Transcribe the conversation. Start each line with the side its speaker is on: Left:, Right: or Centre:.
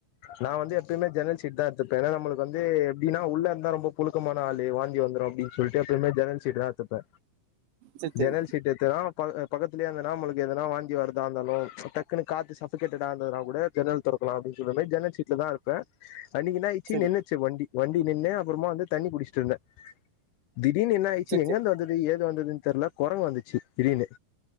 Left: நா வந்து எப்பயுமே ஜன்னல் சீ ட்தா எடுத்துப்பே என்னா நம்மளுக் கு வந்து எப்டின்னா உள்ள ரொம்ப புழுக்கமான ஆளு வாந்தி வந்துரு அப்டின்னு சொல்லிட்டு எப்பயுமே ஜன்னல் சீட்டுதா எடுத்துப்பே
Right: சரி சரி
Left: ஜன்னல் சீட் எடுத்துகினா ப பக்கத்துலேயே இருந்தனா நாம்மளுக்கு எதனா வாங்கி வருதா இருந்தாலும் டக்குன்னு காத்து சத்தம் கேட்டதுனா இருந்ததுனா கூட ஜன்னல் தொறக்கலாம் அப்படின்னு சொல்ற மாதிரி ஜன்னல் சீட்லதான் இருப்பேன் அன்னிக்கு என்னாச்சு
Right: சரி
Left: நின்னச்சு வண்டி வண்டி நின்னு அப்புறமா வந்து தண்ணி புடிச்ச இருந்தேன் திடீர்னு என்ன ஆயிருச்சு
Right: சரி
Left: எங்கேயிருந்து
Right: சரி
Left: வந்தது எங்கே இருந்து வந்ததுன்னு தெரியல குரங்கு வந்துச்சு திடீர் னு